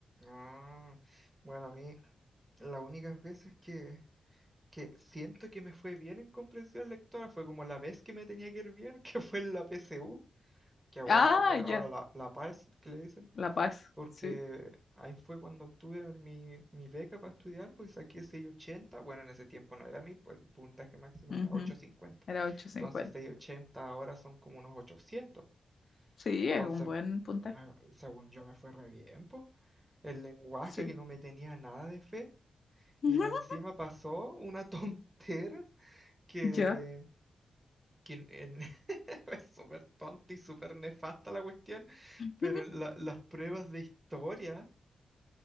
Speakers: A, on the right; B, on the left.
A: Ah, bueno, a mí las únicas veces que, que siento que me fue bien en comprensión lectora fue como la vez que me tenía que ir bien, <laughs> que fue en la PSU, que bueno,
B: Ah,
A: a-
B: ya,
A: ahora la, la PAES que le dicen.
B: La Paz,
A: porque
B: sí.
A: ahí fue cuando obtuve mi, mi beca para estudiar, pues saqué 680, bueno, en ese tiempo no era 1000 pues el puntaje máximo
B: ujú,
A: era 850,
B: Era 8.50.
A: entonces 680 ahora son como unos 800,
B: Sí,
A: entonces
B: es un buen puntaje.
A: me- según yo me fue re bien, po. el lenguaje
B: Sí.
A: que no me tenía nada de fe,
B: <laughs>
A: y más encima pasó una <laughs> tontera que...
B: Ya.
A: que en- <laughs> es súper tonta y súper nefasta la cuestión,
B: <laughs>
A: pero en la- las pruebas de historia